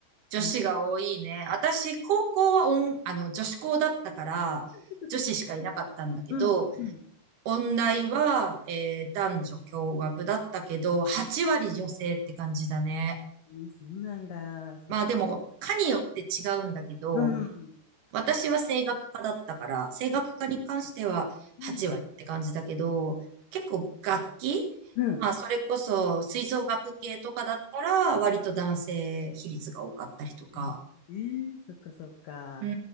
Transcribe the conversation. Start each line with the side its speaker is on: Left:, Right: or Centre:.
Right: 女子が多いね。
Left: うん。
Right: 私、高校はおんあの、女子校だったから、
Left: そっかそっか
Right: 女子しかいなかったんだけど、
Left: うん。うん
Right: 音大は、えー男女共学だったけど、8割女性って感じだね。
Left: うんそうなんだ。そっか。
Right: まあでも、科によって違うんだけど、
Left: うん。
Right: 私は声楽科だったから、声楽科に関しては8割って感じだけど、
Left: うん。
Right: 結構楽器
Left: うん。
Right: まあそれこそ吹奏楽系とかだったら、割と男性比率が多かったりとか。
Left: うんえー、そっか、そっか。
Right: う